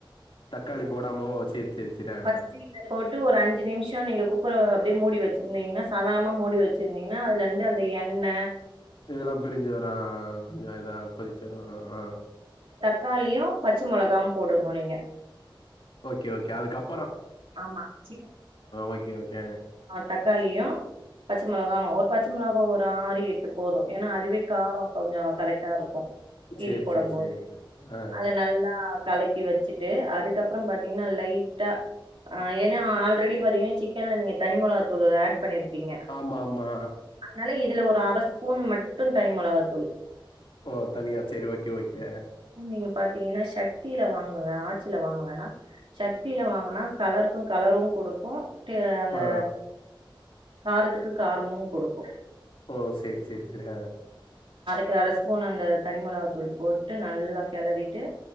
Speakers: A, on the left; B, on the right.
A: தக்காளி போடாமோ சேரி சேரி சேரி ஆ
B: ஃபஸ்ட்டு
A: ஆ.
B: இத போட்டு ஒரு அஞ்சி நிமிஷ நீங்க குக்கர அப்டியே மூடி வச்சிருந்தீங்கன்னா சாதாரணமா மூடி வச்சிருந்தீங்கன்னா அதுல இருந்து அந்த எண்ண
A: இதெல்லா பிரிஞ்சி வரா அஅ கொஞ்ச இதா கொதிச்சி வரு அ அ
B: தக்காளியு பச்ச மொளகாவு போடணு நீங்க
A: ஓகே ஓகே அதுக்கப்
B: ஆமா <inaudible>
A: ஓகே ஓகே
B: தக்காளியு பச்ச மொளகாவு ஒத் பச்ச மிளகா ஒரு ஆறு எட்டு போது ஏன்னா அதுவே காரோ கொஞ்சோ கரெக்டா இருக்கு கீறி
A: சேரி
B: போடம்
A: சேரி
B: போது
A: சேரிங்க ஆ
B: அத நல்லா கலக்கி வச்சிட்டு அதுக்கப்ரோ பாத்தீங்கன்னா லைட்டா அ ஏன்னா ஆல்ரெடி பாத்தீங்கன்னா சிக்கன்ல நீங்க தனி மொளகாத்தூளு ஆட் பண்ணிருக் பிங்க
A: ஆமா ஆமா
B: அதனால இதுல ஒரு அர ஸ்பூன் மட்டு தனி மொளவாத்தூள்
A: ஓ தனியா சேரி ஓகே ஓகே
B: நீங்க பாத்தீங்கன்னா சக்தில வாங்குக ஆட்சில வாங்க வேன்னா சக்தில வாங்கனா கலருக்கும் கலர் கொடுக்கு அந்த
A: ஆ
B: காரத்துக்கு காரமு கொடுக்கு
A: ஓ சேரி சேரி சேரி அ
B: அரை ஸ்பூன் அந்த தனி மிளகாத்தூள் போட்டு நல்லா கெளறிட்டு